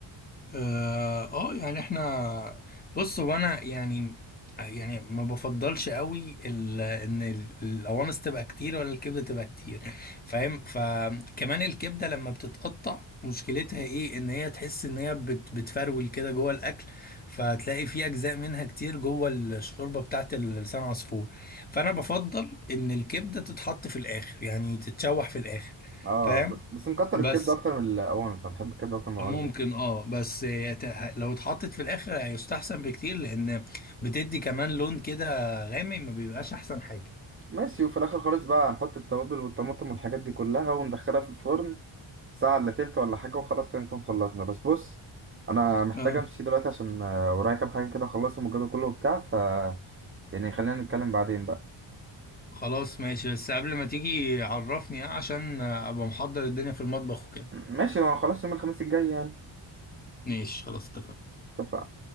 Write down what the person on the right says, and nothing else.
اه
بس بس نكتر
الكبدة اكتر من القوانص انا بحب الكبدة اكتر من القوانص
بكتير
ماشي وفي الاخر خالص بقى هنحط التوابل والطماطم والحاجات دي كلها وندخلها في الفرن ساعة إلا تلت ولا حاجة وخلاص كده نكون خلصنا بس بص أنا محتاج
أمشي دلوقتي عشان آه، ورايا كام حاجة كده أخلصهم الجدول كله وبتاع ف يعني خلينا نتكلم بعدين بقى
ماشي ما خلاص يوم الخميس الجاي يعني
اتفقنا